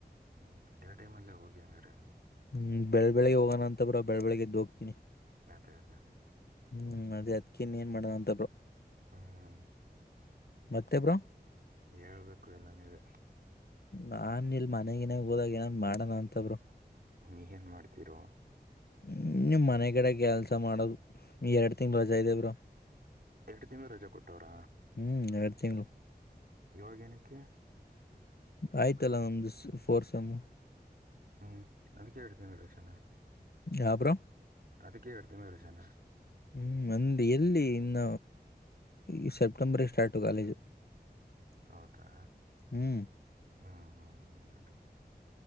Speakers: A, on the right; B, on the left.
A: ಹ್ಮ ಡೇ ಟೈಮ್ ಅಲ್ಲೆ ಹೋಗಿ ಹಂಗಾರೆ
B: ಹ್ಮ್ ಬೆಳ ಬೆಳಗ್ಗೆ ಹೋಗೋಣ ಅಂತ ಬ್ರೋ ಬೆಳ ಬೆಳ್ಳಗೆ ಎದ್ದ್ ಹೋಗ್ತನಿ.
A: ಅದೇ ಅದೇ ಅದೇ
B: ಹ್ಮ್ ಅದೇ ಅದಿಕ್ಕೇ ಇನ್ ಏನ್ ಮಾಡೋಣ ಅಂತ ಬ್ರೋ
A: ಹ್ಮ್
B: ಮತ್ತೆ ಬ್ರೋ
A: ಹೇಳ್ಬೇಕು ಎಲ್ಲ ನೀವೆ.
B: ನಾನ್ ಇಲ್ ಮನೆಗ ಗಿನೆ ಊರಾಗ್ ಏನಾನ್ ಮಾಡಣ ಅಂತ ಬ್ರೋ
A: ಇಗೆನು ಮಾಡ್ತಿರೋ?
B: ಹ್ಮ್ ನಿಮ್ ಮನೆಗಡೆ ಕೆಲ್ಸ ಮಾಡೋದು ಎರಡ್ ತಿಂಗ್ಳ್ ರಜಾ ಇದೇ ಬ್ರೋ
A: ಎರಡು ತಿಂಗಳು ರಜೆ ಕೊಟ್ಟವ್ರ
B: ಹ್ಮ್ ಎರಡ್ ತಿಂಗ್ಳು
A: ಇವಾಗೇನಕ್ಕೆ
B: ಆಯ್ತಲ್ಲ ನಮ್ದು ಫೋರ್ಸ್ ಸೇಮ್
A: ಹ್ಮ್ ಅದಕ್ಕೆ ಎರಡು ತಿಂಗಳು ರಜಾನ
B: ಯಾ ಬ್ರೋ
A: ಅದಿಕ್ಕೆ ಎರಡ್ ತಿಂಗ್ಳು ರಜಾನ.
B: ಹ್ಮ್ ಮಂದಿ ಎಲ್ಲಿ ಇನ್ನ ಈ ಸೆಪ್ಟೆಂಬರ್ಗೆ ಸ್ಟಾರ್ಟು ಕಾಲೇಜು.
A: ಹೌದಾ
B: ಹ್ಮ್
A: ಹ್ಞೂ ಹ್ಞೂ ಹ್ಞೂ ಅದೇ